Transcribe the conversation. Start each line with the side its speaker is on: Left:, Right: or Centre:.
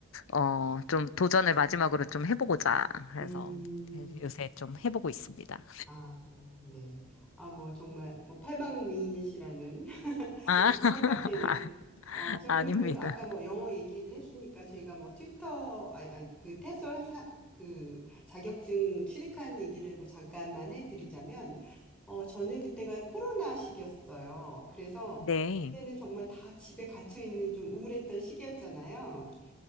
Left: 어, 좀 도전을 마지막으로 좀 해보고자. 그래서
Centre: 음,
Left: 요새 좀 해보고 있습니다.
Centre: 아, 네. 아, 뭐, 정말, 뭐, 팔방미인이시라는. <laughs>
Left: 아,
Centre: 생각밖에는.
Left: <laughs>
Centre: 어, 저는
Left: 아닙니다.
Centre: 그래서 아까 뭐 영어 얘기를 했으니까 저희가 뭐 튜터, 아니, 아니, 그 테솔 사, 그 자격증 취득한 얘기를 뭐 잠깐만 해드리자면, 어, 저는 그때가 코로나 시기였어요. 그래서
Left: 네.
Centre: 그때는 정말 다 집에 갇혀 있는 좀 우울했던 시기였잖아요.